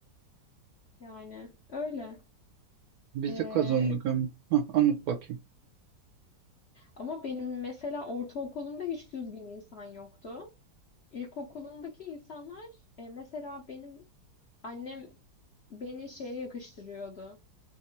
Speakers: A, on the left; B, on the right.
A: Yani öyle.
B: Biz
A: E,
B: de kazandık ömrü. Hah, anlat bakayım.
A: ama benim mesela ortaokulumda hiç düzgün insan yoktu. İlkokulumdaki insanlar e, mesela benim annem beni şeye yakıştırıyordu.